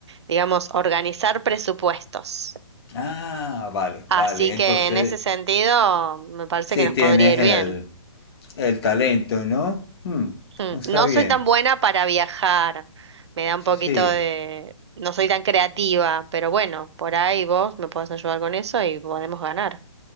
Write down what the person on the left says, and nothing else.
Ah, vale,
vale. Entonces,
sí
tienes
el,
el talento, ¿no? Hmm,
está
bien.
Sí,
sí,